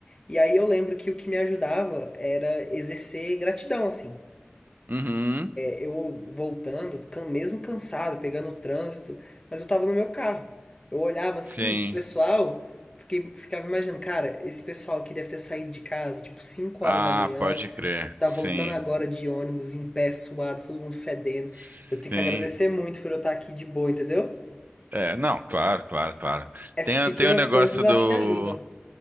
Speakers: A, on the left; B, on the right.
A: E aí eu lembro que o que me ajudava era exercer gratidão, assim
B: Uhum.
A: eu voltando, can- mesmo cansado, pegando o trânsito, mas eu tava no meu carro. Eu olhava assim,
B: Sim.
A: o pessoal, fiquei, ficava imaginando, cara, esse pessoal aqui deve ter saído de casa, tipo, cinco
B: Ah,
A: horas da manhã,
B: pode crer.
A: tá
B: Sim.
A: voltando agora de ônibus, em pé, suado, todo mundo fedendo.
B: Sim.
A: Eu tenho que agradecer muito por eu estar aqui de boa, entendeu?
B: É, não, claro, claro, claro.
A: Essas
B: Tem,
A: pequenas
B: tem o negócio
A: coisas acho
B: do
A: que ajudam.